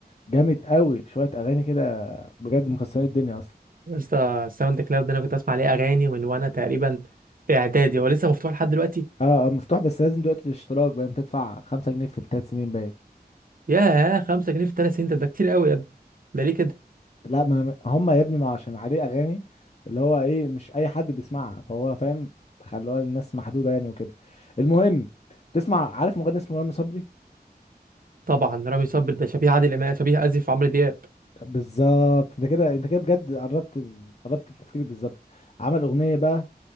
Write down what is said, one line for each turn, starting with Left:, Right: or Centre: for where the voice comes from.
Left: جامد قوي شويه اغاني كده بجد مكسرين الدنيا اصلا.
Right: يا اسطى الساوند كلاود ده انا كنت اسمع عليه اغاني من وانا تقريبا في اعدادي هو لسه مفتوح لحد دلوقتي
Left: اه آه، مفتوح بس لازم دلوقتي الاشتراك باين بتدفع خمسة جنيه في التلات سنين باين
Right: ياه 5 جنيه في 3 سنين ده ده كتير قوي يا ابني ده ليه كده
Left: لا ما هم يا ابني ما عشان عليه اغاني اللي هو ايه مش اي حد بيسمعها فهو فاهم خلوها للناس محدودة يعني وكده المهم تسمع عارف مغني اسمه رامي صبري
Right: طبعا رامي صبري ده شبيه عادل امام شبيه اسف عمرو دياب
Left: بالظبط انت كده انت كده بجد قربت ال... قربت التفكير بالظبط عمل اغنية بقى